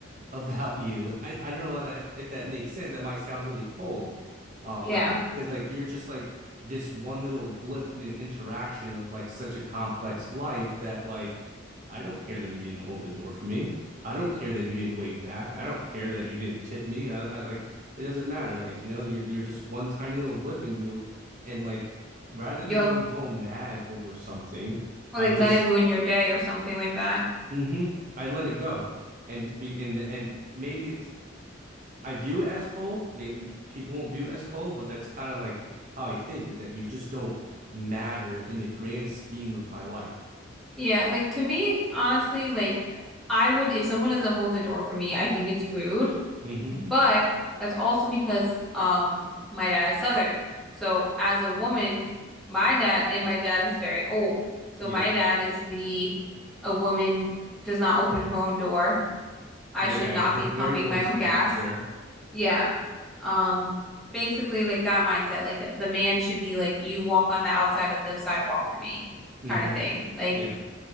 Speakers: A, on the right; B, in the centre.
A: about you. <laughs> I, I don't know if, if that makes sense. That might sound really cold. Um,
B: Yeah.
A: it's like you're just like this one little blip in an interaction of like such a complex life that like I don't care that you didn't hold the door for me. I don't care that you didn't wave back. I don't care that you didn't tip me. I, I like it doesn't matter. Like you know, you're you're just one tiny little blip, and you will and like rather
B: You'll
A: than going home mad over something,
B: or,
A: I
B: like
A: just
B: let it ruin your day or something like that.
A: mm-hmm, I let it go and just be and and maybe it's I view it as cold. Maybe people won't view it as cold, but that's kind of like how I think is that you just don't matter in the grand scheme of my life.
B: Yeah, like to me, honestly, like I would if someone doesn't hold the door for me, I think it's rude.
A: hmm
B: But that's also because um my dad is Southern. So as a woman, my dad and my dad is very old. So
A: Yeah.
B: my dad is the a woman does not open her own door. I
A: Okay.
B: should not be
A: <laughs>
B: pumping
A: Very old
B: my own
A: school
B: gas.
A: for sure.
B: Yeah. Um, basically like that mindset, like the man should be like, you walk on the outside of the sidewalk for me,
A: hmm
B: kind of thing. Like,
A: Yeah.